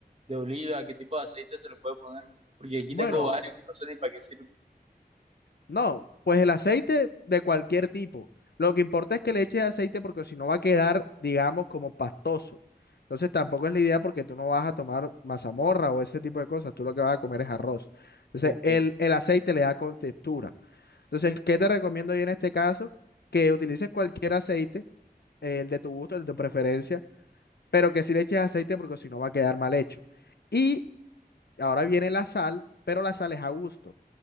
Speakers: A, on the right (about 40°); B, on the left (about 80°).
A: de oliva, qué tipo de aceite se le puede poner? Porque aquí
B: bueno,
A: tengo varios que no sé ni para qué sirven.
B: No, pues el aceite de cualquier tipo. Lo que importa es que le eches aceite porque si no va a quedar, digamos, como pastoso. Entonces tampoco es la idea porque tú no vas a tomar mazamorra o ese tipo de cosas. Tú lo que vas a comer es arroz. Entonces
A: Ok,
B: el, el aceite le da con textura. Entonces, ¿qué te recomiendo yo en este caso? Que utilices cualquier aceite, eh, el de tu gusto, el de tu preferencia, pero que sí le eches aceite porque si no va a quedar mal hecho. Y Ahora viene la sal, pero la sal es a gusto.